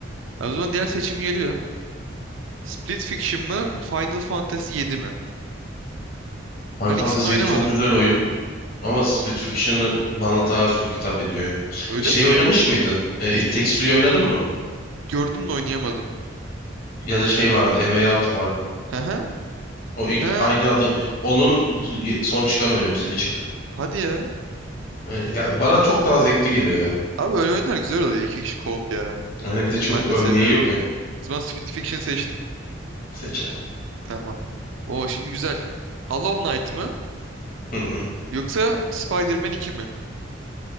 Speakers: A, on the right; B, on the left.
A: Ha, O zaman diğer seçim geliyor. Split Fiction mı Final Fantasy yedi mi?
B: Final
A: Ben
B: Fantasy
A: ikisini de oynamadım.
B: 7 çok güzel oyun ama Split Fiction'ı bana daha çok hitap ediyor ya.
A: Öyle
B: Şey
A: mi?
B: oynamış mıydın? E, It Takes Two'yu oynadın mı?
A: Gördüm de oynayamadım.
B: Ya da şey vardı, A Way Out vardı.
A: Hı hı.
B: O ilk,
A: Ha.
B: aynı adam onun son çıkan oyunu bu sene çıktı.
A: Hadi ya.
B: Yani ya bana çok daha zevkli geliyor ya.
A: Abi öyle oyunlar güzel oluyor. İki kişi co-op ya.
B: Yani bir de çok
A: Ben
B: örneği
A: de seviyorum.
B: yok
A: O
B: ya
A: zaman Split Fiction seçtim.
B: seçeceğim.
A: Tamam. Oo şimdi güzel. Hollow Knight mı?
B: Hı hı.
A: Yoksa Spider-Man 2 mi?